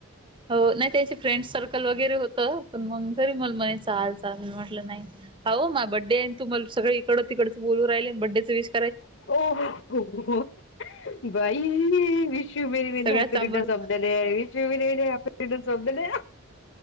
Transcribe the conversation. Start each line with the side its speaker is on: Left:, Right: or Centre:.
Right: हो नाही त्यांचे फ्रेंड सर्कल वगैरे होतं पण मग घरी मल मनी चा आल चाल म्हटलं नाही हाव मा बड्डे आहे तुमला सगळे इकडं तिकडच बोलू राहिल बड्डेच विष
Left: ओ हो, हो बाई विशू यू मेनी, मेनी
Right: सगळ्या
Left: हॅपी
Right: चांबर
Left: returns of the day wish you many, many happy returns of the day